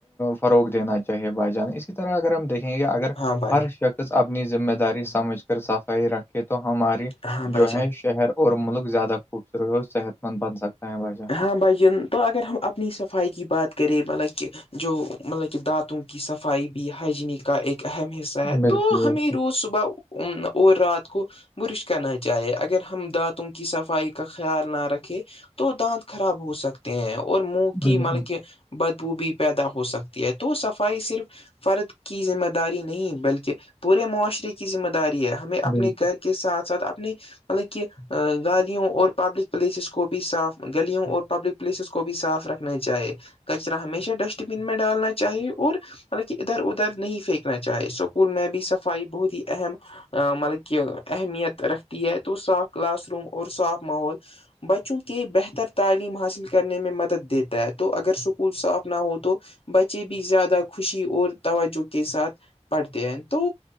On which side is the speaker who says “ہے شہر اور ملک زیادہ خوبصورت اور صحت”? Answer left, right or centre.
Left